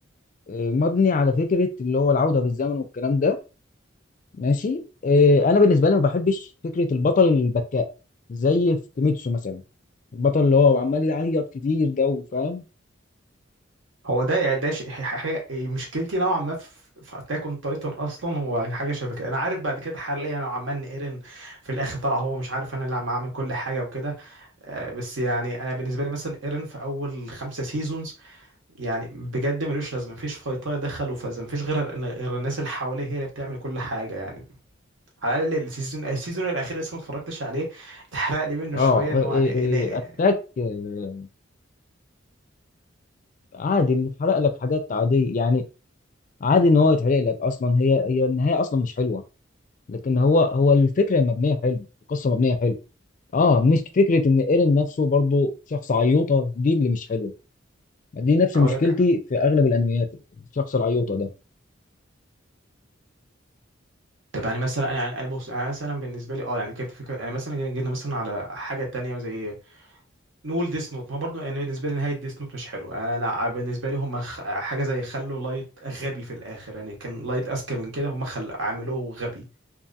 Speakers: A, on the left; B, on the right.
A: آه، مبني على فكره اللي هو العوده بالزمن والكلام ده ماشي آه، انا بالنسبه لي ما بحبش فكره البطل البكاء زي في كيميتسو مثلا البطل اللي هو عمال يعيط كتير ده فاهم
B: هو ده ده ش- ح- حاجه مشكلتي نوعا ما في في اتاك اون تايتن اصلا هو حاجه شبه كده انا عارف بعد كده حاليا نوعا ما ان ايرين في الاخر طلع هو مش عارف انا اللي عم اعمل كل حاجه وكده آه، بس يعني انا بالنسبه لي مثلا ايرين في اول خمسه سيزونز يعني بجد ملوش لازمه مفيش فايطايه دخلوا فاز مفيش غير غير الناس اللي حواليه هي اللي بتعمل كل حاجه يعني على الاقل السيزون السيزون الاخير لسه ما اتفرجتش عليه اتحرق لي منه
A: اه
B: شويه ان
A: آه،
B: هو
A: آه،
B: يعني يعني-
A: اتاك آه، عادي اللي اتحرق لك حاجات عادية يعني عادي ان هو يتحرق لك اصلا هي هي النهاية اصلا مش حلوة لكن هو هو الفكرة المبنية حلو القصة مبنية حلو اه مش فكرة ان ايرين نفسه برضو شخص عيوطة دي اللي مش حلوة دي نفس
B: اقول
A: مشكلتي
B: لك
A: في اغلب الانميات الشخص العيوطة ده
B: طب يعني مثلا انا يعني انا بص انا مثلا بالنسبه لي اه يعني كانت فكره يعني مثلا جينا جينا مثلا على حاجه تانية زي نقول ديس نوت ما برضه يعني بالنسبه لي نهايه ديس نوت مش حلو انا أنا بالنسبه لي هم خ- حاجه زي خلوا لايت غبي في الاخر يعني كان لايت اذكى من كده هم خل عملوه غبي